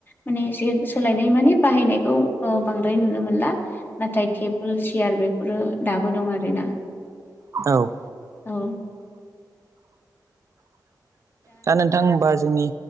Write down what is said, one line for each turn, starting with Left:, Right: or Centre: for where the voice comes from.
Left: माने एसे सोलायनाय माने बाहायनायखौ खौ ओ बांद्राय नुनो मोनला। नाथाय टेबोल चेयार बेफोरो दाबो दं आरोना।
Right: औ।
Left: औ।
Right: दा नोंथां होमबा जोंनि